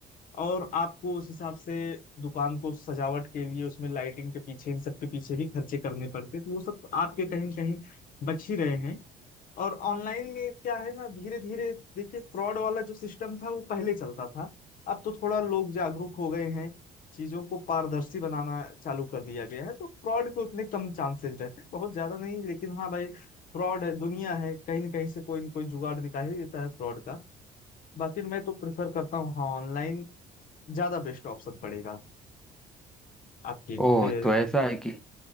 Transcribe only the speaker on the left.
और आपको उस हिसाब से दुकान को सजावट के लिए उसमें लाइटिंग के पीछे इन सब के पीछे भी खर्चे करने पड़ते तो वो सब आपके कहीं न कहीं बच ही रहे हैं और ऑनलाइन में क्या है ना धीरे धीरे देखिए फ्रॉड वाला जो सिस्टम था वो पहले चलता था अब तो थोड़ा लोग जागरूक हो गए हैं चीजों को पारदर्शी बनाना चालू कर दिया गया है तो फ्रॉड के उतने कम चांसेस रहते हैं बहुत ज्यादा नहीं लेकिन हाँ भाई फ्रॉड है दुनिया है कहीं ना कहीं से कोई न कोई जुगाड़ निकाल ही देता है फ्रॉड का बाकी मैं तो प्रेफर करता हूँ हाँ ऑनलाइन ज्यादा बेस्ट ऑप्शन पड़ेगा आपके
ए,